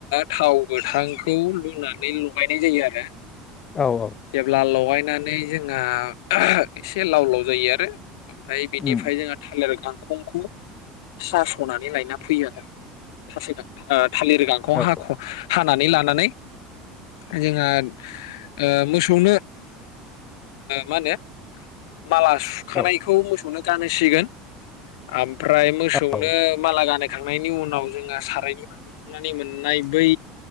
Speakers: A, on the left; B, on the left.
A: थाव गोथांखौ लुनानै लगायनाय जायो आरो
B: औ औ
A: जब्ला लगय नानै जोंहा आंहा एसे लाव लाव जायो आरो ओमफ्राय बिनिफ्राय
B: उम
A: जोंहा थालिर बिफां <unintelligible> सनानै लायना फैयो आरो थास <unintelligible> थालिर गांखौ
B: औ
A: हख' हा नानै लानानै जोंहा ओ मोसौनो मा होनो माला सुखानायखौ
B: औ
A: मोसौनो गानहोसिगोन आम ओमफ्राय मोसौनो
B: औ
A: गानाहोखांनायनि उनाव जोंहा सारायनिफ्राय हख'नानै मोननाय बै